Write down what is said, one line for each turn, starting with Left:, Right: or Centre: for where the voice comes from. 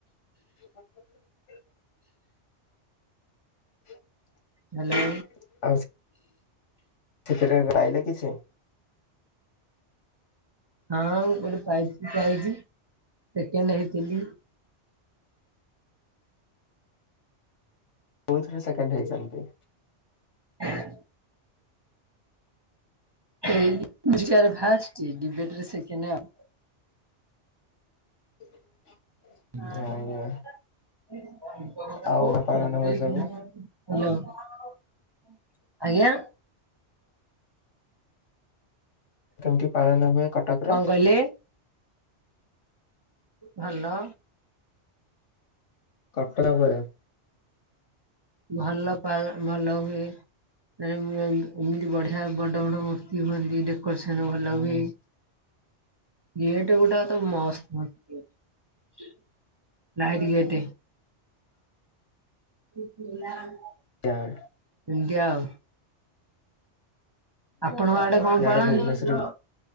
Left: <inaudible> <inaudible>
Right: ହ୍ୟାଲୋ।
Left: ଆଉ ସେଥିରେ ଗାଇଲେ କିଛି
Right: ହଁ ଗୋଟେ ପ୍ରାଇଜ୍ ବି ପାଇଚି। ସେକେଣ୍ଡ ହେଇଥିଲି।
Left: କୋଉଥିରେ ସେକେଣ୍ଡ ହେଇଛନ୍ତି?
Right: ହଁ। ଏଇ ମ୍ୟୂଜିକ ଚେୟାରରେ ଫାଷ୍ଟ। ଡିବେଟ ରେ ସେକେଣ୍ଡ ଆଉ
Left: <inaudible>
Right: ହ
Left: ଆଜ୍ଞା
Right: ସେ
Left: ଆଉ ପାଳନ ହୁଏ
Right: ହ୍ୟାଲୋ
Left: ସବୁ
Right: ଆଜ୍ଞା।
Left: କେମିତି ପାଳନ ହୁଏ କଟକରେ?
Right: କଣ କହିଲେ? ଭଲ।
Left: କଟକ ପରେ
Right: ଭଲ ପାଳ ଭଲ ହୁଏ। ନାଇମ ଏମ୍ ଏମିତି ବଢିଆ ବଡ ବଡ ମୂର୍ତି ହୁଅନ୍ତି। ଡେକୋରେସନ ଭଲ ହୁଏ।
Left: <inaudible>
Right: ଗେଟେ ଗୁଡ଼ା ତ ମସ୍ତ ମସ୍ତ ହୁଏ। ନାଇଟି ଗେଟ୍ <inaudible>
Left: ତାଡ଼
Right: ଏମତି ଆଉ। ଆପଣଙ୍କ ଆଡେ
Left: ଇଆଡେ
Right: କଣ ପାଳନ୍ତି?
Left: ଭୁବନେଶ୍ଵର